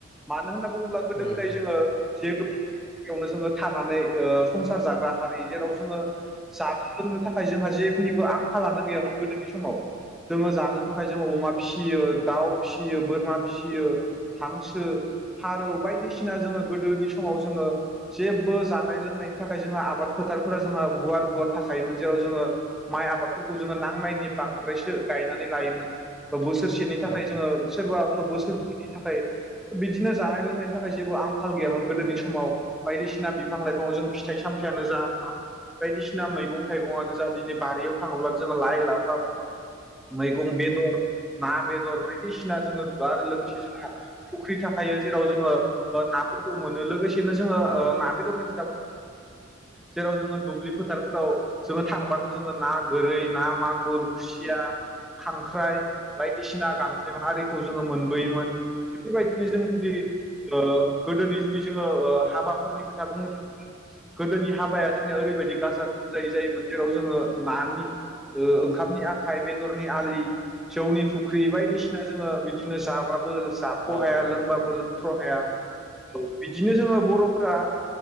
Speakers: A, in the centre; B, on the left (about 25°).
A: मानो होनना बुङोब्ला गोदो
B: उम,
A: गोदाय जोङो जिहेथु बेवनो जोङो थानानै ओ संसार जाग्रा हारि जेराव जोङो जानो लोंनो थाखाय जोंहा जेनिबो आंखाल लानो गैयामोन गोदोनि समाव। जोङो जानो थाखाय जोङो अमा फिसियो दाउ फिसियो बोरमा फिसियो हांसो फारौ बायदिसिना जोङो गोदोनि समाव जोङो जेबो जानाय लोंनायनि थाखाय जोंहा आबाद फोथारफोरा जोंहा गुवार गुवार थाखोमोन जेराव जोङो माइ आबादफोरखौ जोङो नांनायनि बांद्रायसो गायनानै लायोमोन। बोसोरसेनि थाखाय
B: औ
A: जोङो सोरबा बोसोरैनि थाखाय बिदिनो जानाय लोंनायनि नि थाखाय जेबो आंखाल गैयामोन गोदोनि समाव। बायदिसिना बिफां लाइफां जों फिथाइ सामथाययानो जा बायदिसिना मैगं थाइगंआनो जा दिनै बारियाव थाङोब्लानो जोङो लाइ लाफाब मैगं बेदर ना बेदर बायदिसिना जोङो आरो लोगोसे जोंहा फुख्रि थाखायो जेराव जोङो ओ नाफोरखौ मोनो लोगोसे बेनो जोङो ओ
B: औ
A: ना बेदरनि खोथा जेराव जोङो दुब्लि फोथारफोराव जोङो थांबानो जोङो ना गोरै, ना, मागुर, खुसिया, खांख्राइ बायदिसिना गांजे आरिखौ जोङो मोन बोयोमोन इफोरबायदिनो जों जुदि ओ गोदोनि जुदि जोङो हाबाफोरनि खोथा बुंनो थाङोब्ला गोदोनि हाबाया जोंनिया ओरैबायदि गाजा गोमजायै जायोमोन जेराव जोङो नानि ओंखामनि खाइ बेदरनि आलि जौनि फु्रि बायदिसि सिना जोङो बिदिनो जाबाबो बो जाख
B: औ
A: हाया लोंबाबो
B: उम,
A: लोंथ्र' हाया बिदिनो जोङो बर'